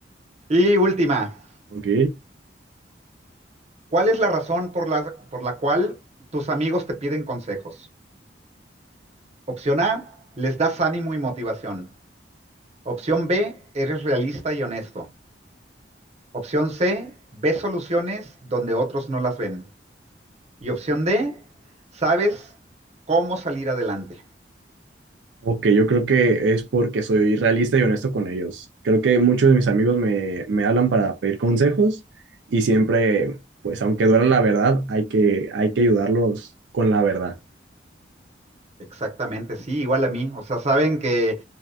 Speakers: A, on the right; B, on the right.
A: y última.
B: Ok.
A: ¿Cuál es la razón por la, por la cual tus amigos te piden consejos? Opción A, les das ánimo y motivación. Opción B, eres realista y honesto. Opción C, ves soluciones donde otros no las ven. Y opción D, sabes cómo salir adelante.
B: Ok, yo creo que es porque soy realista y honesto con ellos. Creo que muchos de mis amigos me, me hablan para pedir consejos y siempre, pues aunque duela la verdad, hay que, hay que ayudarlos con la verdad.
A: Exactamente, sí, igual a mí. O sea, saben que